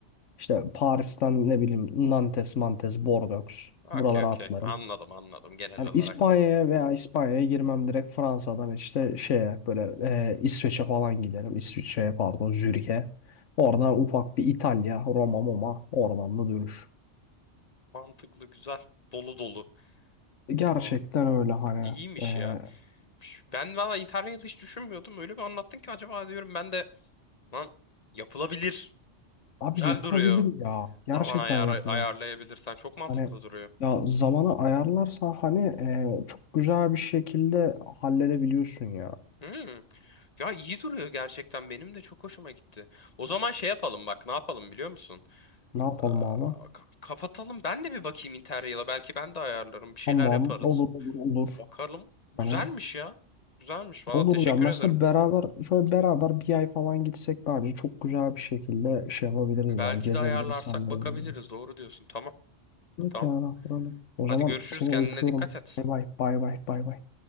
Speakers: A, on the left (about 75°); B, on the left (about 35°).
A: İşte Paris'ten ne bileyim Nantes, Mantes, Bordeaux.
B: Okey
A: Buralara
B: okey.
A: atlarım.
B: Anladım anladım genel
A: Hani
B: olarak.
A: İspanya'ya veya İspanya'ya girmem direkt Fransa'dan işte şeye böyle e, İsveç'e falan giderim. İsviçre'ye pardon Zürih'e. Oradan ufak bir İtalya, Roma, Moma oradan da dönüş.
B: Mantıklı güzel. Dolu dolu.
A: Gerçekten
B: Aa,
A: öyle hani.
B: iyiymiş
A: e,
B: ya. Ben valla Interrail hiç düşünmüyordum. Öyle bir anlattın ki acaba diyorum ben de lan yapılabilir.
A: abi
B: Güzel
A: yapılabilir
B: duruyor.
A: ya. Gerçekten
B: Zaman ayarı
A: yapılabilir.
B: ayarlayabilirsen çok mantıklı
A: Hani
B: duruyor.
A: ya zamanı ayarlarsan hani e, çok güzel bir şekilde halledebiliyorsun ya.
B: Hmm. Ya iyi duruyor gerçekten. Benim de çok hoşuma gitti. O zaman şey yapalım bak ne yapalım biliyor musun?
A: Ne yapalım
B: Aa,
A: abi?
B: ka- kapatalım. Ben de bir bakayım Interrail'a. Belki ben de ayarlarım. Bir şeyler
A: Tamam
B: yaparız.
A: olur olur olur.
B: Bakalım. Güzelmiş
A: Hani
B: ya. Güzelmiş. Valla
A: Olur
B: teşekkür
A: ya mesela
B: ederim.
A: beraber şöyle beraber bir ay falan gitsek bence çok güzel bir şekilde şey yapabiliriz
B: Belki
A: ya gezebiliriz
B: de ayarlarsak
A: sanırım.
B: bakabiliriz. Doğru diyorsun. Tamam.
A: Evet
B: Tamam.
A: yani öyle. O
B: Hadi
A: zaman
B: görüşürüz.
A: seni
B: Kendine
A: öpüyorum.
B: dikkat et.
A: Bay bay bay bay bay bay.